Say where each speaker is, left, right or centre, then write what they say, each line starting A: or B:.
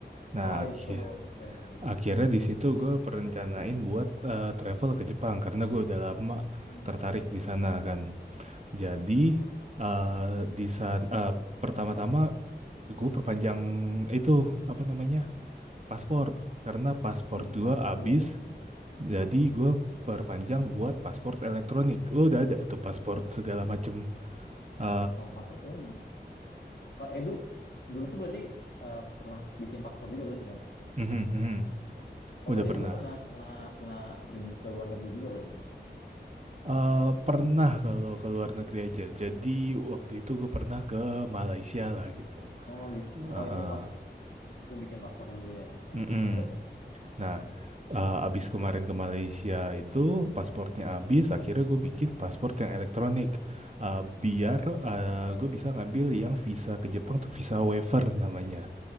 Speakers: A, on the right; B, on the left.
A: Nah,
B: Oh
A: akhi-
B: itu oke oke.
A: akhirnya di situ gue perencanain buat eh, travel ke Jepang karena gue udah lama
B: Hmm.
A: tertarik di sana kan. Jadi eh, di sana pertama-tama gue perpanjang itu apa namanya paspor karena paspor
B: Hmm,
A: gue
B: paspor
A: habis
B: iya gitu.
A: Jadi gue perpanjang buat paspor elektronik. Lo udah ada tuh paspor segala macem. eh
B: Kalau paspor cuman Kalau Edu dulu tuh berarti eh, pernah bikin paspor juga berarti kan?
A: mhm, mhm.
B: Oh
A: Udah
B: berarti
A: pernah.
B: dulu pernah pernah pernah pergi ke luar negeri juga berarti dong?
A: Eh pernah kalau ke luar negeri aja. Jadi waktu itu gue pernah ke Malaysia lah gitu.
B: Oh gitu.
A: Eh,
B: Oh itu
A: eh,
B: pas itu bikin paspornya dulu ya. Oke.
A: mm-mm.
B: oke. Terus?
A: Nah, eh, abis kemarin ke Malaysia itu paspornya abis. Akhirnya gue bikin paspor yang elektronik. Eh, biar gue bisa ngambil yang visa ke Jepang tuh visa waiver namanya.